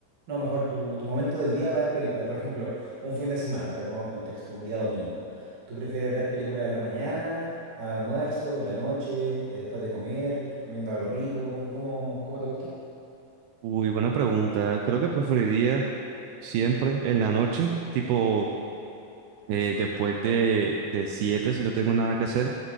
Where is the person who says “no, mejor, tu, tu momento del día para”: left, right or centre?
Right